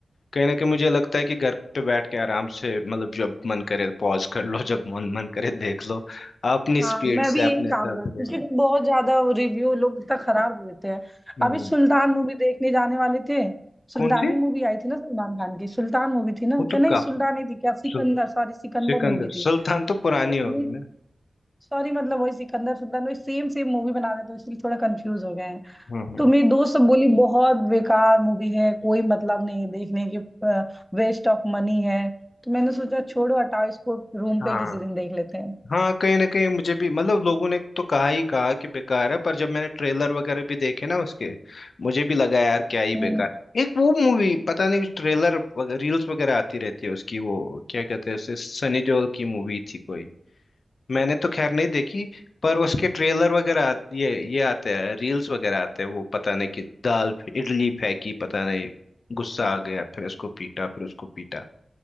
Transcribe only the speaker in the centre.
हाँ
मैं
भी
यही काम
करती
हूँ क्योंकि बहुत ज्यादा रिव्यू लोग इतना खराब देते हैं
अभी सुल्तान मूवी देखने जाने वाले थे सुल्तानी
मूवी आई थी ना सलमान खान की सुल्तान मूवी थी ना
क्या
नहीं
सुल्तान नहीं थी क्या सिकंदर
सॉरी सिकंदर
मूवी थी
तो
सॉरी मतलब वही सिकंदर सुल्तान वही सेम सेम मूवी बना रहे तो इसलिए थोड़ा कंफ्यूज हो गए हैं
तो मेरी दोस्त सब बोली बहुत बेकार मूवी है कोई मतलब नहीं है देखने की वेस्ट ऑफ मनी है तो मैंने सोचा छोड़ो हटाओ इसको रूम
पे किसी दिन देख लेते
हैं